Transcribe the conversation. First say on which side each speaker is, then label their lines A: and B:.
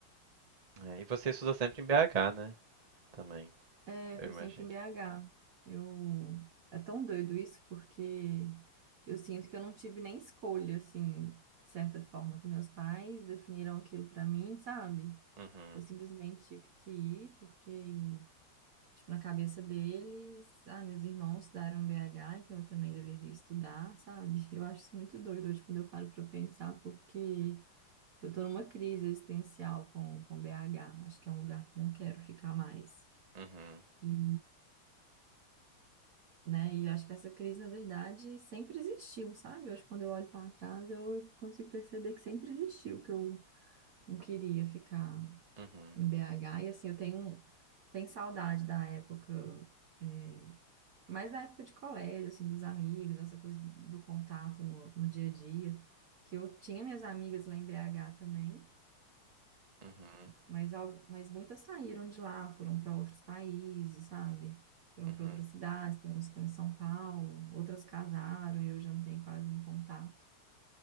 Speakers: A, on the right; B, on the right.
A: É, e você estuda sempre em BH, né? Também,
B: É,
A: eu
B: foi
A: imagino.
B: sempre em BH. Eu... É tão doido isso, porque eu sinto que eu não tive nem escolha, assim, de certa forma, que meus pais definiram aquilo pra mim, sabe?
A: Uhum,
B: Eu simplesmente tive que ir porque, tipo, na cabeça deles, ah, meus irmãos estudaram BH, então eu também deveria estudar, sabe? <laughs> Eu acho isso muito doido hoje quando eu paro pra pensar, porque eu tô numa crise existencial com, com BH. Acho que é um lugar que não quero ficar mais.
A: uhum,
B: E, né, e acho que essa crise, na verdade, sempre existiu, sabe? Hoje, quando eu olho para trás, eu consigo perceber que sempre existiu, que eu não queria ficar.
A: uhum,
B: em BH. E assim, eu tenho, um- tenho saudade da época, é, mais da época de colégio, assim, dos amigos, essa coisa do contato no, no dia a dia. Que eu tinha minhas amigas lá em BH também,
A: uhum,
B: mas, al- mas muitas saíram de lá, foram para outros países, sabe? Foram
A: uhum,
B: para outras cidades, tem umas que estão em São Paulo, outras casaram, eu já não tenho quase nenhum contato.